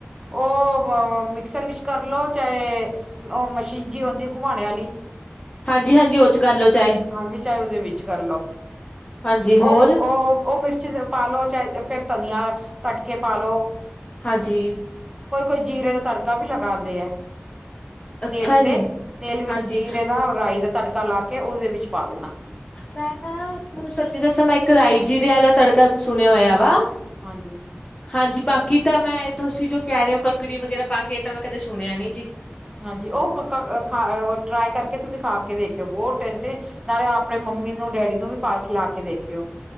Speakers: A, on the right (about 20°); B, on the left (about 30°).
A: ਉਹ ਮਿਕਸਰ ਵਿੱਚ ਕਰ ਲਓ ਚਾਹੇ ਉਹ ਮਸੀਨ ਜੀ ਆਉਂਦੀ ਘੁਮਾਣੇ ਵਾਲੀ।
B: ਹਾਂਜੀ, ਹਾਂਜੀ ਉਹ ਚ ਕਰ ਲਓ ਚਾਹੇ।
A: ਹਾਂਜੀ ਚਾਹੇ ਉਹਦੇ ਵਿੱਚ ਕਰ ਲਓ,
B: ਹਾਂਜੀ
A: ਉਹ
B: ਹੋਰ
A: ਉਹ ਉਹ ਮਿਰਚ ਦੇ ਪਾ ਲੋ ਚਾਹੇ ਫਿਰ ਧਨੀਆ ਕੱਟ ਕੇ ਪਾ ਲਓ।
B: ਹਾਂਜੀ
A: ਕੋਈ ਕੋਈ ਜੀਰੇ ਦਾ ਤੜਕਾ ਵੀ ਲਗਾਉਂਦੇ ਆ
B: ਅੱਛਾ
A: ਤੇਲ
B: ਜੀ
A: ਤੇ ਤੇਲ ਵਿੱਚ
B: ਹਾਂਜੀ
A: ਜੀਰੇ ਦਾ ਔਰ ਰਾਈ ਦਾ ਤੜਕਾ ਲਾ ਕੇ ਉਸਦੇ ਵਿੱਚ ਪਾ ਦੇਣਾ।
B: ਮੈਂਨੂੰ ਤਾਂ ਥੋਨੂੰ ਸੱਚੀ ਦੱਸਾ ਮੈਂ ਇੱਕ ਰਾਈ ਜੀਰੇ ਵਾਲਾ ਤੜਕਾ ਸੁਣਿਆ ਹੋਇਆ ਵਾ।
A: ਹਾਂਜੀ
B: ਹਾਂਜੀ ਬਾਕੀ ਤਾਂ ਮੈਂ ਤੁਸੀਂ ਜੋ ਕਹਿ ਰਹੇ ਹੋ, ਕੱਕੜੀ ਵਗੈਰਾ ਪਾ ਕੇ ਇਹ ਤਾਂ ਮੈਂ ਕਦੇ ਸੁਣਿਆ ਨੀ ਜੀ।
A: ਹਾਂਜੀ ਉਹ ਖਾ ਟਰਾਈ ਕਰਕੇ ਤੁਸੀਂ ਖਾ ਕੇ ਦੇਖਿਓ ਬਹੁਤ ਟੇਸਟੀ ਨਾਲੇ ਆਪਣੇ ਮੰਮੀ ਨੂੰ ਡੈਡੀ ਨੂੰ ਵੀ ਪਾ ਖਿਲਾ ਕੇ ਦੇਖਿਓ